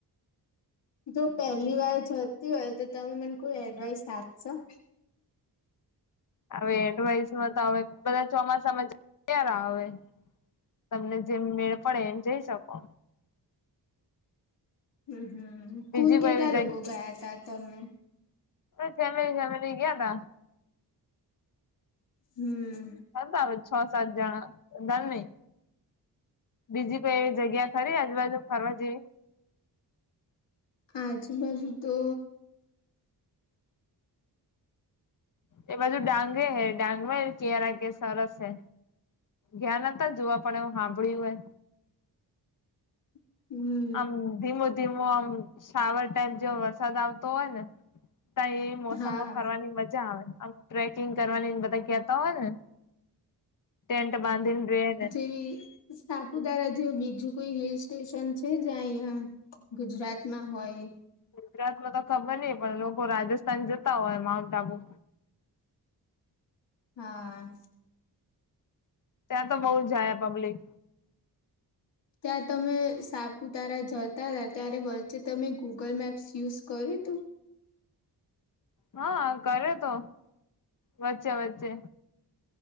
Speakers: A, on the left; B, on the left.
A: જો પહેલી વાર જતી હોય તો તમે મને કોઈ એડવાઈસ આપશો.
B: હવે એડવાઈસમાં તો હવે બધા ચોમાસામાં જ કેરા હવે તમને જેમ મેળ પડે એમ જઈ શકો
A: હમ્મ હમ્મ કુલ
B: બીજી
A: કેટલા
B: કોઈ એવી
A: લોકો ગયા તા તમે
B: બસ ફેમેલી ફેમેલી ગયા તા
A: હમ્મ.
B: હતા છ સાત જણા વધાર નહી બીજી કોઈ એવી જગ્યા ખરી આજુબાજુ ફરવા જેવી
A: આજુ બાજુ તો
B: એ બાજુ ડાંગે હે ડાંગમાં કેરા કે સરસ હે. ગયા નતા જોવા પણ એવું સાંભળ્યું હે
A: હમ
B: આમ ધીમો ધીમો આમ શ્રાવર ટાઈમ જેઓ વરસાદ આવતો હોય ને તઈ મોસમમાં
A: હા
B: ફરવાની મજા આવે આમ ટ્રેકિંગ કરવાની બધા કેતા હોય ને ટેન્ટ બાંધીન રેને
A: ઈ સાપુતારા જેવું બીજું કોઈ હિલ સ્ટેશન છે જ્યાં અહીંયા ગુજરાતમાં હોય એવું
B: ગુજરાતમાં તો ખબર નઈ પણ લોકો રાજસ્થાન જતા હોય માઉન્ટ આબુ
A: હા.
B: ત્યાં તો બઉ જાય પબ્લિક
A: ત્યાં તમે સાપતારા જતા હતા, ત્યારે વચ્ચે તમે ગુગલ મેપ્સ યુઝ કર્યું તું?
B: હા કર્યો તો, વચ્ચે વચ્ચે.